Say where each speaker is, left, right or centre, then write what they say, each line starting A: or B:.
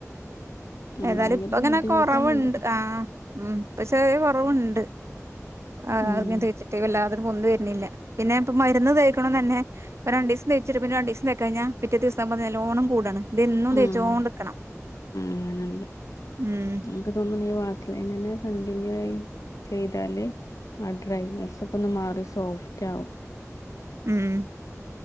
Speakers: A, on the left; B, on the right.
A: ഉം
B: ഏതായാലും
A: ഭയങ്കര
B: ഇപ്പ ഇങ്ങനെ-
A: ബുദ്ധിമുട്ടാണത്
B: കുറവുണ്ട് ആഹാ ഉം, ഇപ്പോ ചെറിയ കുറവുണ്ട്.
A: ഉം
B: ആഹാ
A: ഉം
B: ഇറിങ്ങെ തേയ്ച്ചിട്ട്- വല്ലാതനും പൊന്ന വരുന്നില്ല പിന്നെ, ഇപ്പ മരുന്ന് തേയ്ക്കണം തന്നെ. ഇപ്പൊ രണ്ട് ദിവസം തേച്ചിട്ട് പിന്നെ രണ്ടു ദിവസം തേക്കാഴിഞ്ഞാ പിറ്റേ ദിവസം നല്ലോണം കൂടണ് ഇതെന്നും
A: ഉം
B: തേച്ചോണ്ടിക്കണം
A: അങ്ങനെണ്ട്
B: ഉം
A: എനിക്ക് തോന്നുന്നു ഈ വാസലിൻ തന്നെ കണ്ടിന്യൂ ആയി ചെയ്താല് ആഹ് ഡ്രൈനെസ്സൊക്കെ ഒന്ന് മാറി സോഫ്റ്റ് ആകും
B: ഉം